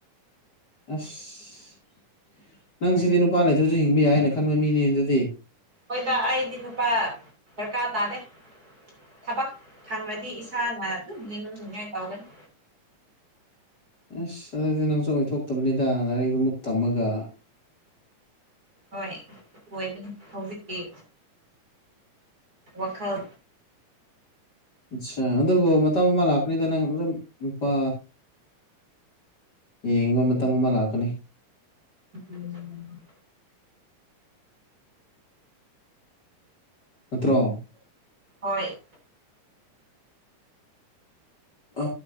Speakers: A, on the left; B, on the right.
A: ꯑꯁ ꯅꯪ ꯁꯤꯗꯤ ꯅꯨꯄꯥ ꯂꯩꯇ꯭ꯔꯁꯨ ꯍꯤꯡꯕ ꯌꯥꯏꯅ ꯈꯟꯕ ꯃꯤꯅꯤ ꯑꯗꯨꯗꯤ꯫
B: ꯍꯣꯏꯗ ꯑꯩꯗꯤ ꯅꯨꯄꯥ ꯗꯔꯀꯥꯔ ꯇꯥꯗꯦ꯫ ꯊꯕꯛ ꯐꯪꯉꯔꯗꯤ ꯏꯁꯥꯅ ꯑꯗꯨꯝ ꯍꯤꯡꯉꯥꯏ ꯇꯧꯒꯅꯤ꯫
A: ꯑꯁ ꯑꯗꯨꯗꯤ ꯅꯪꯁꯨ ꯑꯣꯏꯊꯣꯛꯇꯕꯅꯤꯗ ꯂꯥꯏꯔꯤꯛꯇꯨꯃꯨꯛ ꯇꯝꯃꯒ꯫
B: ꯍꯣꯏ ꯑꯣꯏꯕꯅꯤ ꯍꯧꯖꯤꯛꯀꯤ꯫ ꯋꯥꯈꯜ꯫
A: ꯑꯆꯥ ꯑꯗꯨꯕꯨ ꯃꯇꯝ ꯑꯃ ꯂꯥꯛꯀꯅꯤꯗ ꯅꯪ ꯑꯗꯨꯝ ꯅꯨꯄꯥ ꯌꯦꯡꯕ ꯃꯇꯝ ꯑꯃ ꯂꯥꯛꯀꯅꯤ꯫
B: ꯎꯝ꯫
A: ꯅꯠꯇ꯭ꯔꯣ꯫
B: ꯍꯣꯏ꯫
A: ꯑ